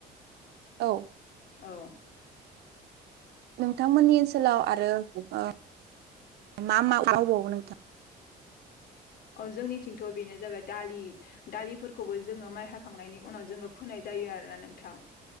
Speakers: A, on the right (about 75°); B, on the left (about 65°).
A: औ
B: औ
A: नोंथांमोननि ओनसोलाव आरो ओ मा मा आवबावो नोंथां
B: अ जोंनिथिंथ बेनो जाबाय दालि दालिफोरखौबो जोङो माइ हाखांनायनि उनाव जोङो फोनाय जायो जायो आरोना नोंथां